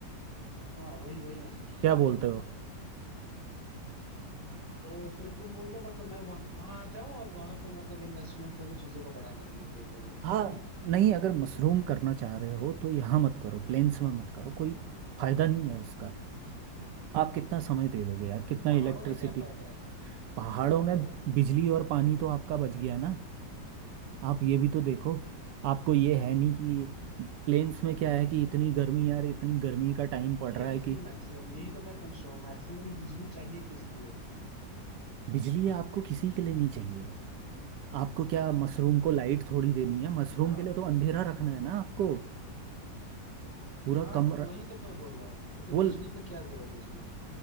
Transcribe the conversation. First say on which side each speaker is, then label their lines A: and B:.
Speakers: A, on the right; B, on the right.
A: हाँ वही वही मैं सोच रहा
B: क्या
A: हूँ
B: बोलते हो
A: तो फिर तुम बोल रहे हो मतलब मैं वहां आ जाऊं और वहां पे मतलब इन्वेस्टमेंट करूं चीजों को बढ़ाने के लिए ग्रो करने के
B: हाँ
A: लिए है ना
B: नहीं अगर मशरूम करना चाह रहे हो तो यहाँ मत करो प्लेन्स में मत करो कोई फायदा नहीं है उसका आप कितना समय दे लोगे यार कितना
A: तो पहाड़ों
B: इलेक्ट्रिसिटी
A: में क्या फायदा है
B: पहाड़ों
A: प्रॉब्लम
B: में
A: है
B: बिजली और पानी तो आपका बच गया ना आप ये भी तो देखो आपको ये है नहीं कि प्लेन्स में क्या है कि इतनी गर्मी यार इतनी गर्मी का टाइम पड़
A: ये
B: रहा है
A: किस
B: कि
A: लिए मैक्सिमम यही तो मैं पूछ रहा हूँ मैक्सिमम बिजली चाहिए किस लिए
B: बिजली आपको किसी के लिए नहीं चाहिए आपको क्या मशरूम को लाइट थोड़ी देनी है मशरूम
A: हाँ
B: के लिए तो अंधेरा रखना है ना आपको पूरा
A: हाँ
B: कमरा
A: तो वही तो मैं बोल रहा हूँ तो फिर
B: वो
A: बिजली
B: ल-
A: का क्या जरूरत है उसमें